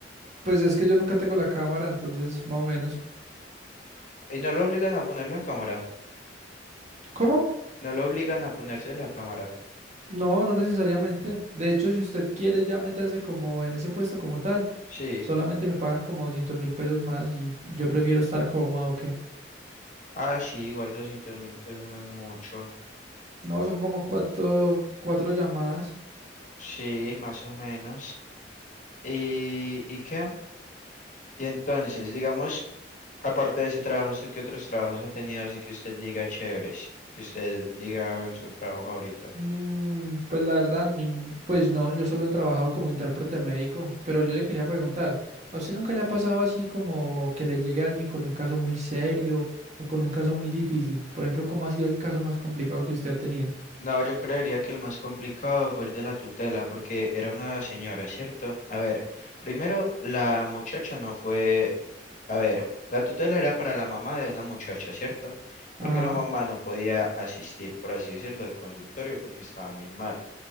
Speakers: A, on the right; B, on the left.
A: Pues es que yo nunca tengo la cámara, entonces más o menos.
B: Y no lo obligan a poner la cámara,
A: ¿Cómo?
B: no lo obligan a ponerse la cámara.
A: No, no necesariamente. De hecho, si usted quiere ya meterse como en ese puesto como tal,
B: Sí,
A: solamente me pagan como doscientos mil pesos más y yo prefiero estar cómodo que...
B: ah, sí, igual doscientos mil pesos no es mucho.
A: No, son como cuatro, cuatro llamadas.
B: Sí, más o menos. ¿Y, y qué? Y entonces, digamos, aparte de ese trabajo, ¿usted qué otros trabajos ha tenido así que usted diga chéveres? Que usted diga su trabajo favorito.
A: Mm, pues la verdad, nin- pues no, yo solo he trabajado como intérprete médico, pero yo le quería preguntar, ¿a usted nunca le ha pasado así como que le llegue alguien con un caso muy serio o con un caso muy difícil? Por ejemplo, ¿cómo ha sido el caso más complicado que usted ha tenido?
B: No, yo creería que el más complicado fue el de la tutela, porque era una señora, ¿cierto? A ver, primero, la muchacha no fue, a ver, la tutela era para la mamá de una muchacha, ¿cierto? Porque
A: Ajá,
B: la mamá no podía asistir, por así decirlo, al consultorio porque estaba muy mal.